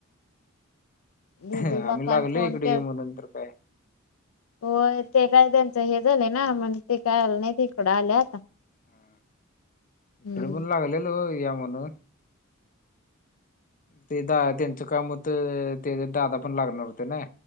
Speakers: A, on the left (about 75°); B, on the left (about 40°).
A: दिदी
B: आम्ही
A: लकल
B: लागलो
A: फोन
B: इकडे
A: के.
B: ये म्हणून तर काय.
A: हो ते काय त्यांचं हे झालंय ना म्हण ते काय आलं नाही तिकडं आले आता.
B: हा इकडे
A: हम्म.
B: पण लागलेल या म्हणून. ते दा त्यांचं काम होतं त्या दादा पण लागणार होते ना.